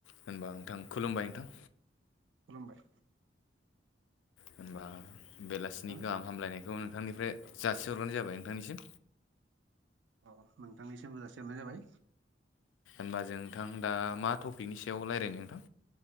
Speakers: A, on the left; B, on the right.
A: होनबा नोंथां खुलुमबाय नोंथां।
B: खुलुमबाय।
A: होनबा
B: हेलौ
A: बेलासिनि
B: नोंथां
A: गाहाम हामलायनायखौ नोंथांनिफ्राय जासिहरग्रोनाय जाबाय नोंथांनिसिम।
B: अ नोंथांनिसिमबो जाासिहरनाय जाबाय।
A: होमबा जों नोंथां दा मा टपिकनि सायाव रायज्लायनो नोंथां